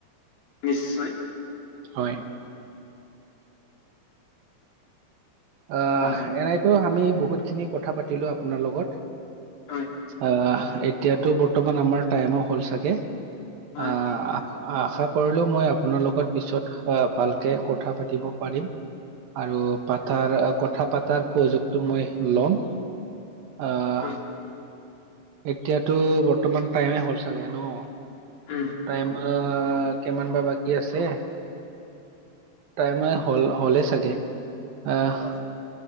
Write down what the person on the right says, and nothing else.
হয়। আহ
এনেইতো আমি বহুতখিনি কথা পাতিলো আপোনাৰ লগত।
আহ এতিয়াতো বৰ্তমান আমাৰ টাইমো হ'ল চাগে।
আ। আশা কৰিলো মই আপোনাৰ লগত পিছত আহ ভালকে কথা পাতিব পাৰিম। আৰু পাত- তাৰ কথা পাতাৰ সুযোগটো মই লম। আহ
এতিয়াতো বৰ্তমান টাইমে হ'ল চাগে ন।
টাইম আ কিমান বা বাকী আছে। টাইম হল হলে চাগে। আহ